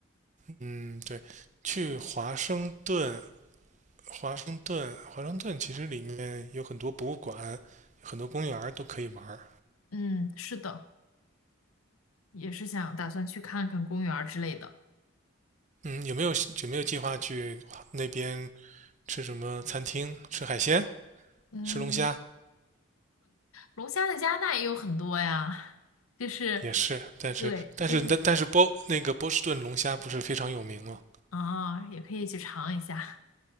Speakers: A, on the right (about 35°); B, on the left (about 85°).
A: 嗯对，去华盛顿，华盛顿，华盛顿其实里面有很多博物馆，很多公园儿都可以玩儿
B: 嗯，是的，也是想打算去看看公园儿之类的。
A: 嗯，有没有有没有计划去那边吃什么餐厅？吃海鲜？
B: 嗯，
A: 吃龙虾？
B: 龙虾的加拿大也有很多呀，就是
A: 也是，但是但是但但是波那个波士顿龙虾不是非常有名吗？
B: 对，就是啊，也可以去尝一下。